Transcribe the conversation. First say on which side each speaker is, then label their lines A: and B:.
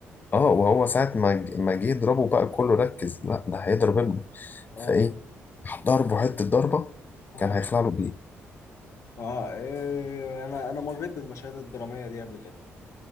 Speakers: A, on the left (about 35°); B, on the left (about 65°).
A: اه وهو ساعة ما ج- ما جه يضربه بقى كله ركز لا ده هيضرب ابنه
B: اه
A: فايه راح ضربه حتة ضربة
B: اه
A: كان هيخلع له بايه
B: اه إيه، أنا أنا مريت بالمشاهد الدرامية دي قبل كده